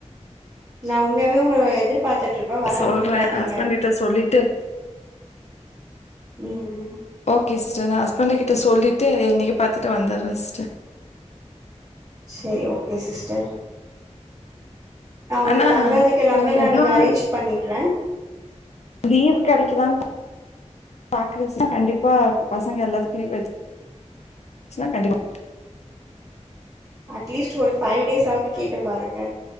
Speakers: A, on the right; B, on the left.
A: நா உண்மையாவே உங்கள எதிர்பாத்துட்டு இருப்பே வராம
B: சொல்றே
A: விட்றாதீங்க
B: ஹஸ்பண்ட் கிட்ட சொல்லிட்டு
A: ம் ம்
B: ஓகே சிஸ்டர் நா ஹஸ்பண்டு கிட்ட சொல்லிட்டு இன்னக்கி பாத்துட்டு வந்துர்றே சிஸ்டர்
A: சேரி ஓகே சிஸ்டர் நா ஒங்களுக்கு
B: ஆனா
A: தங்கரதுக்கு எல்லாமே நான்
B: எவ்ளோ
A: இங்க
B: நாள்
A: அரேஞ்ச் பண்ணிட்றே
B: லீவ் கெடைக்குதான் பாக்குறே சிஸ்டர் கண்டிப்பா பசங்க எல்லாத்து லீவு <inaudible> கண்டிப்பா
A: அட்லீஸ்ட் ஒரு ஃபைவ் டேஸ் ஆவது கேட்டு பாருங்க